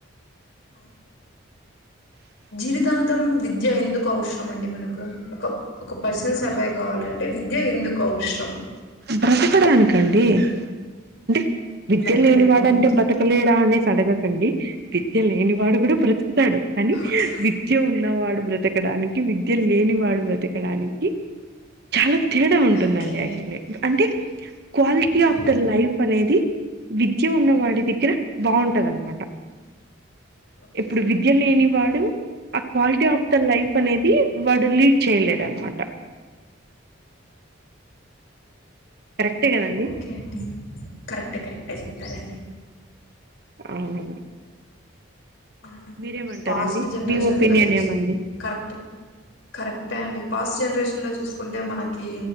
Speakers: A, on the left (about 75°); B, on the right (about 50°).
A: అ జీవితాంతం విద్య ఎందుకు అవసరం అండి మనకు ఒక ఒక పర్సన్ సర్వైవ్ కావాలంటే అంటే విద్య ఎందుకు అవసరం
B: బ్రతకడానికి ఏంటి విద్య
A: బ్రతకడానికి
B: లేనివాడంటే బతకలేడా అనేసి అడగకండి విద్య లేనివాడు కూడా బ్రతుకుతాడు కానీ
A: ఓకే
B: విద్య ఉన్నవాడు బ్రతకడానికి విద్య లేని వాడు బ్రతకడానికి చాలా తేడా ఉంటుందండి
A: ఓకే
B: యాక్చువల్లీ అంటే quality
A: okay
B: of the life అనేది విద్య ఉన్నవాడు దగ్గర బాగుంటది అనమాట
A: ఓకే
B: ఇప్పుడు విద్య లేని వాడు ఆ క్వాలిటీ ఆఫ్ ద లైఫ్ అనేది వాడు లీడ్ చేయలేడు అనమాట కరెక్టే కదండి
A: ఓకే అండి కరెక్టే కరెక్టే చెప్తారండి
B: అవునండి
A: అవును
B: మీరేమంటారండి
A: పాస్ట్ జనరేషన్స్లో
B: మీ ఒపీనియన్
A: చూసి
B: ఏమండి
A: కరెక్ట్ కరెక్టే అండి పాస్ట్ జనరేషన్లో చూసుకుంటే మనకి